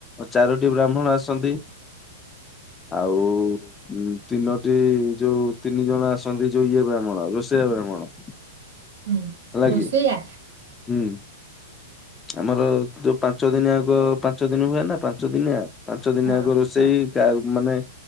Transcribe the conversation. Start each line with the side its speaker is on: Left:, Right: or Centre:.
Left: ଚାରୋଟି ବ୍ରାହ୍ମଣ ଆସନ୍ତି ଆଉ। ଉଁ ତିନୋଟି ଯୋଉ ତିନିଜଣ ଆସନ୍ତି ଯୋଉ ଇଏ ବ୍ରାହ୍ମଣ ରୋଷେୟା ବ୍ରାହ୍ମଣ।
Right: ହୁଁ
Left: ହେଲା
Right: ରୋଷେଇୟା?
Left: କିି ହୁଁ ଆମର ଯୋଉ ପାଞ୍ଚ ଦିନିଯାକ ପାଞ୍ଚଦିନି ହୁଏ ନା ପାଞ୍ଚ ଦିନିଆ। ପାଞ୍ଚ ଦିନିଜାଙ୍କ
Right: ହଁ
Left: ରୋଷେଇ
Right: ହଁ
Left: କାହାକୁ ମାନେ।